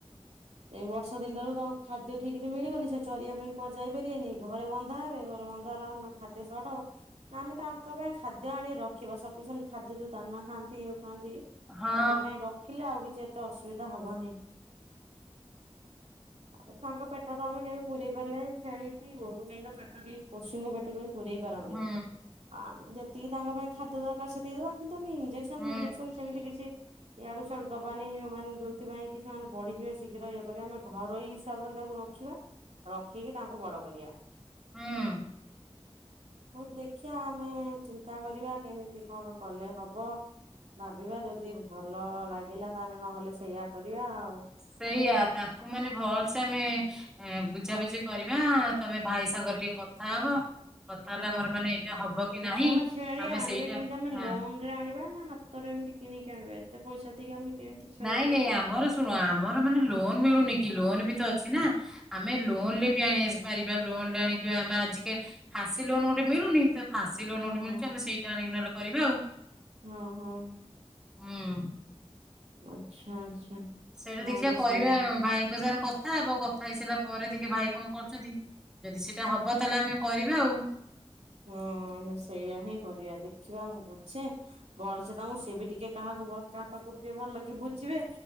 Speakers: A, on the right (about 80°); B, in the centre.
A: ଏ ବର୍ଷା ଦିନଟାରୁ ତାଙ୍କୁ ଖାଦ୍ୟ ଠିକରେ ମିଳିବନି ସେ ଚରିବା ପାଇଁ କୁଆଡେ ଯାଇପାରିବେନି ଘରେ ବନ୍ଧା ହବେ ଘରେ ବନ୍ା ହେଲା ଖାଦ୍ୟ ସର୍ଟ ହବ ନା ଆମେ ତାଙ୍କ ପାଇଁ ଖାଦ୍ୟ ଆଣିିକି ରଖିବା ସଫିସିଏଣ୍ଟ ଖାଦ୍ୟ ଯୋଉ ଦାନା ଖାଆନ୍ତି ଇଏ? ଥାନ୍ତି
B: ହଁ
A: ତାଙ୍କ ପାଇଁ ରଖିଲେ ଆଉ କିଛି? ଏତେ ଅସୁବିଧା ହବନି ତାପରେ ତାଙ୍କ ପେଟ ତ ଆମେ କେବେ ପୂରେଇ ପାରିବାନି ଛେଳିିକି ଗୋରୁଗାଇଙ୍କ ପେଟ ବି ପଶୁଙ୍କ ପେଟ ବି? ପରେଇ ପାରନ୍ତିନି
B: ହୁଁ
A: ଆଉ ଆମ ଯେ ଟିକେ ତାଙ୍କ ପାଇଁ ଖାଦ୍ୟ ଦରକାର ସେଠକଦବା କିନ୍ତୁ ତମେ ଇଞ୍ଜେକ୍ସନ
B: ହୁଁ
A: ମିଞ୍ଜେକ୍ସନ ସେମିତି କିଛି ୟାଡୁ ସ୍ୟାଡୁ ଦବାନି। ମାନେ ଯୋଉଥିପାଇଁ କି ସେମାନେ ବଢିଯିବେ ଶୀଘ୍ର ଇଏ କରିବା ଆମେ ଘରୋଇ ହିସାବରେ ତାକୁ ରଖିବା ରଖିକି ତାଙ୍କୁ ବଡ କରିବା।
B: ହୁଁ।
A: ହଉ ଦେଖିବା ଆମେ ଚିନ୍ତା କରିବା କେମିତି କଣ କଲେ ହବ ଭାବିବା ଯଦି ଭଲ ଲାଗିଲା ତାହେଲେ ନହେଲେ ସେଇଆ କରିବା ଆଉ।
B: ସେଇଆ ତାଙ୍କୁ ମାନେ ଭଲସେ ଆମେ ବୁଝାବୁଝି କରିବା ତମେ ଭାଇ ସାଙ୍ଗରେ ଟିକେ କଥା ହବ। କଥା ହେଲେ
A: ହଁ
B: ଆମର ମାନେ ଏଇଟା ହବ କି ନାହିଁ
A: ଆଚ୍ଛା ଆମେ ଛେଳି
B: ଆମେ
A: ଆଣିବା
B: ସେଇଟା
A: କେମିତି ଆମେ
B: ଆଁ
A: ଲୋନ ରେ ଆଣିବା ନା ହାତରେ ଏମିତି କିଣିକି ଆଣିବା ଏତେ ପଇସା ଦେଇକି ଆମେ କେମିତି ଛେଳି
B: ନାଇଁ
A: ଆଣିବା?
B: ନାଇଁ ଆମର ଶୁଣ ଆମର ମାନେ ଲୋନ ମିଳୁନି ଲୋନ ବି ତ ଅଛି ନା। ଆମେ ଲୋନ
A: ହଁ।
B: ଲେ ବିି ଆଣି ଆସିବାୁ। ପାରିବା ଲୋନ ରେ ଆଣିକି ଆମେ ଆଜିକା ଖାସି ଲୋନ ଗୋଟେ ମିଳୁନି। ଖାସି ଲୋନ
A: ଓହୋ
B: ଗୋଟେ ମିଳୁଚି ଆମେ ସେଇଟା ଆଣିକିନା କରିବା ଆଉ।
A: ହଁ ହଁ।
B: ହଁ।
A: ଆଚ୍ଛା ଆଚ୍ଛା।
B: ସେଇଟା
A: ନହେଲେ
B: ଦେଖିବା କରିବା
A: ସେଇଆ କର
B: ଭାଇଙ୍କ ସାର କଥା କଥା ହବ କଥା ହେଇସାରିଲା ପରେ ଟିକେ ଭାଇ କଣ କରୁଛନ୍ତି ଯଦି ସେଇଟା ହବ ତାହେଲେ ଆମେ କରିବା ଆଉ।
A: ହଁ ଆମେ ସେଇୟଆ ହିଁ କରିବା ଦେଖିବା ମୁଁ ବୁଝେ ଭଲସେ ତାଙ୍କୁ ସେ ବି ଟିକେ କାହାକୁ କାହା ପାଖରୁ ଟିକେ ଭଲ କି ବୁଝିବେ